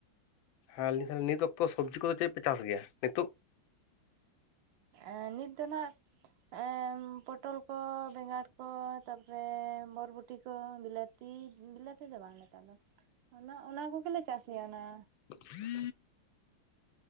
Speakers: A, on the left; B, on the right.
A: ᱦᱮᱸ <unintelligible> ᱱᱤᱛ ᱚᱠᱛᱚ ᱥᱚᱵᱽᱡᱤ ᱠᱚᱫᱚ ᱪᱮᱫ ᱯᱮ ᱪᱟᱥ ᱜᱮᱭᱟ ᱱᱤᱛᱚᱜ ᱾
B: ᱮ ᱱᱤᱛ ᱫᱚ ᱱᱟᱜ ᱮ ᱯᱚᱴᱚᱞ ᱠᱚ ᱵᱮᱸᱜᱟᱲ ᱠᱚ ᱛᱟᱯᱚᱨᱮ ᱵᱚᱨᱵᱚᱴᱤ ᱠᱚ ᱵᱤᱞᱟᱹᱛ ᱛᱤ ᱵᱤᱞᱟᱹ ᱛᱮᱫᱚ ᱵᱟᱝ ᱱᱮᱛᱟᱨ ᱫᱚ ᱚᱱᱟ ᱚᱱᱟ ᱠᱚᱜᱮᱞᱮ ᱪᱟᱥ ᱜᱮᱭᱟ ᱚᱱᱟ ᱾
A: <inaudible>